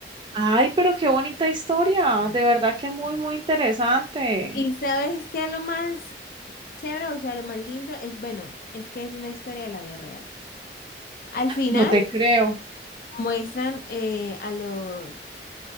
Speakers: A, on the right (about 25°); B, on the left (about 50°).
A: Ay, pero qué bonita historia.
B: Mm,
A: De verdad que muy,
B: Sí.
A: muy interesante.
B: ¿Y sabes qué es lo más chévere? O sea, lo más lindo es, bueno, es que es una historia de la vida real. Al final
A: No te creo.
B: muestran eh, a los,